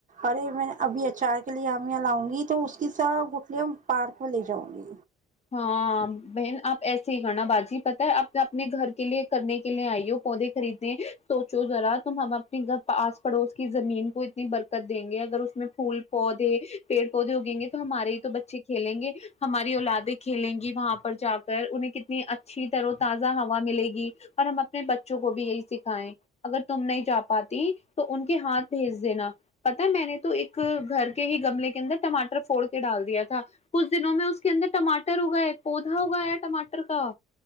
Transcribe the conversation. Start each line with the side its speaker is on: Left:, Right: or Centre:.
Right: ارے میں ابھی اچار کے لیےامیاں لاؤں گی تو اس کی سا گٹلیاں پارک میں لے جاؤں گی
Left: ہاں بہن آپ ایسے ہی کرنا باجی پت ہے آپ اپنے گھر کے لیے کرنے کے لیے آئی ہو پودے خریدنے سوچو ذرا تو ہم اپنی گ آس پڑوس کی زمین کو اتنی بر دیں گے اگر اس میں پھول پودے پیڑ پودے ہوگیں گے تو ہمارے ہی تو بچے کھیلیں گے ہماری ا لاتد <inaudible> کھیلیں گی وہاں پر جا کر انہیں کتنی اچ اچھی طرح تازہ ہوا ملے گی اور ہم اپنے بے بچوں کو بھی یہی سکھائے اگر تم نہیں جا پاتی تو ان کے ہاتھ بھیج دینا پتا میں نے تو ایک گھر کے ہی گملے کے اندر ٹماٹر پھوڑ کے ڈال دیا تھا کچھ دنوں میں اس کے اندر ٹماٹر ہوگا ہے پودا ہوگا یا ٹماٹر کا